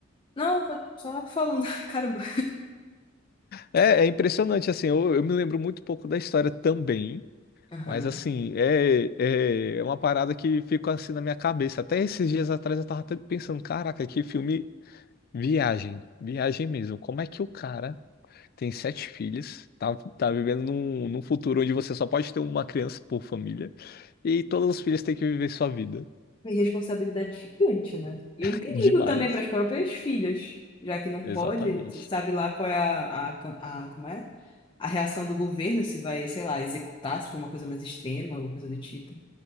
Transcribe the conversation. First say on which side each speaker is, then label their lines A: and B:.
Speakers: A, on the left (about 25°); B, on the left (about 50°).
A: Não, fa- só falando, <laughs> caramba.
B: É, é impressionante, assim, eu, eu me lembro muito pouco da história também,
A: Aham.
B: mas assim, é, é, é uma parada que fica assim na minha cabeça. Até esses dias atrás eu tava até pensando, caraca, que filme viagem, viagem mesmo. Como é que o cara tem sete filhos, tá, tá vivendo num, num futuro onde você só pode ter uma criança por família e todos os filhos têm que viver sua vida.
A: Uma responsabilidade gigante, né? E
B: <laughs>
A: um perigo
B: Demais,
A: também para as próprias filhas, já que não
B: exatamente.
A: pode, sabe lá qual é a, a, cam- a- como é? A reação do governo, se vai, sei lá, executar, se for uma coisa mais extrema ou coisa do tipo.